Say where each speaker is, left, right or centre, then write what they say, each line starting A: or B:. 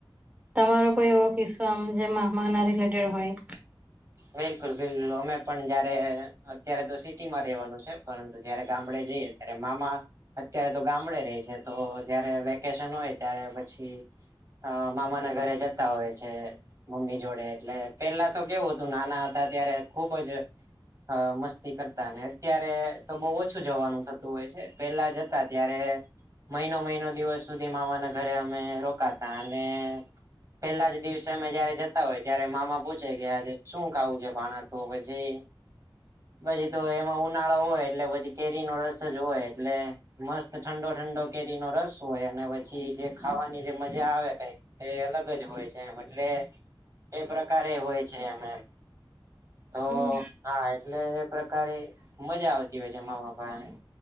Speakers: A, on the right; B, on the right.
A: તમારો કોઈ એવો કિસ્સો આમ જે મહમા ના રિલેટેડ હોય.
B: બિલકુલ બિલ્લ અમે પણ જયારે અત્યારે તો સિટી માં રેવાનું છે પરંતુ જયારે ગામડે જઈએ ત્યારે મામા અત્યારે તો ગામડે રેહ છે તો જયારે વેકેશન હોય ત્યારે પછી હ મામા ના ઘરે જતા હોય છે મમ્મી જોડે એટલે પેલા તો કેવું હતું નાના હતા ત્યારે ખુબ જ અ મસ્તી કરતા ને અત્યારે તો બહુ ઓછું જવાનું થતું હોય છે પેલા જતા ત્યારે મહિનો મહિનો દિવસ સુધી માવાના ઘરે અમે રોકાતા અને પેલા જ દિવસે અમે જયારે જતા હોય ત્યારે મામા પૂછ છે કે આજે શું ખાવું છે ભાણા તો પછી પછી તો એમાં ઉનાળો હોય એટલે પછી કેરીનો રસ જ હોય એટલે મસ્ત ઠંડો ઠંડો કેરી નો રસ હોય અને પછી જે ખાવાની જે મજા આવે કઈક એ અલગ જ હોય છે એમ એટલે એ પ્રકાર એ હોય છે એમ એમ તો
A: હમ
B: હા એટલે પ્રકારે મજા આવતી હોય છે એમામાં ભાણેજ